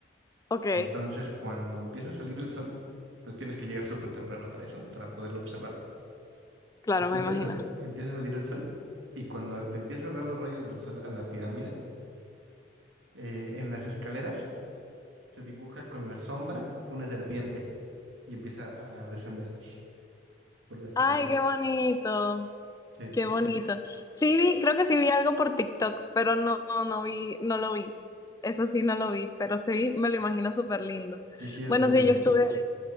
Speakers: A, on the left (about 20°); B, on the right (about 85°).
A: Ok,
B: Entonces, cuando empieza a salir el sol, pues tienes que llegar súper temprano para eso, para poderlo observar.
A: claro,
B: Empieza
A: me imagino.
B: a, sal- empieza a salir el sol y cuando le empieza a dar los rayos del sol a la pirámide, eh, en las escaleras se dibuja con la sombra una serpiente y empieza a descender por las
A: Ay,
B: escaleras.
A: qué bonito.
B: Sí,
A: Qué bonito. Sí vi, creo que sí vi algo por TikTok, pero no, no, no vi, no lo vi. Eso sí no lo vi, pero sí me lo imagino súper lindo.
B: sí, sí, es
A: Bueno,
B: muy bonito.
A: sí, yo estuve,